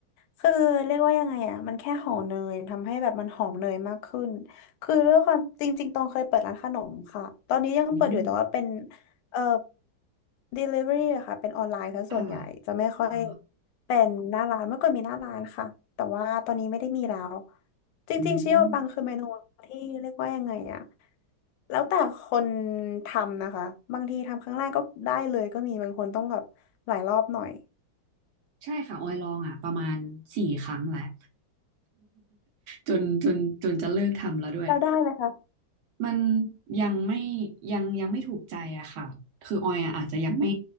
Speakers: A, on the left (about 75°); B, on the right (about 80°).
A: คือเรียกว่ายังไงอ่ะมันแค่ห่อเนยทำให้แบบมันหอมเนยมากขึ้นคือด้วยความจริงๆตองเคยเปิดร้านขนมค่ะตอนนี้ยังเปิดอยู่แต่ว่าเป็น
B: อืม
A: เอ่อ delivery อะค่ะเป็นออนไลน์ซะส่วนใหญ่จะไม่ค่อย
B: ค่ะอ๋อ
A: เป็นหน้าร้านเมื่อก่อนมีหน้าร้านค่ะแต่ว่าตอนนี้ไม่ได้มีแล้วจริงๆชิโอปังคือเมนูที่เรียกว่ายังไงอ่ะ
B: อืม
A: แล้วแต่คนทำนะคะ บางทีทำครั้งแรกก็ได้เลยก็มีบางคนต้องแบบหลายรอบหน่อย
B: ใช่ค่ะออยลองอ่ะประมาณสี่ครั้งแล้ว <laughs> จนจนจนจะเลิกทำแล้วด้วย
A: เราได้ไหมคะ
B: มันยังไม่ยังยังไม่ถูกใจอะค่ะคือออยอะอาจจะยังไม่